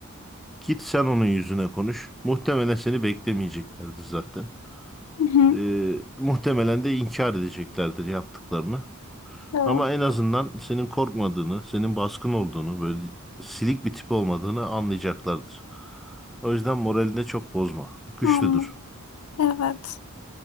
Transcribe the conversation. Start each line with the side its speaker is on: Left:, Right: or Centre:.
Centre: git sen onun yüzüne konuş. Muhtemelen seni beklemeyeceklerdir zaten.
Left: Hı hı.
Centre: E, muhtemelen de inkar edeceklerdir yaptıklarını.
Left: Evet.
Centre: Ama en azından senin korkmadığını, senin baskın olduğunu, böyle silik bir tip olmadığını anlayacaklardır. O yüzden moralini de çok bozma. Güçlüdür.
Left: Anladım. Evet.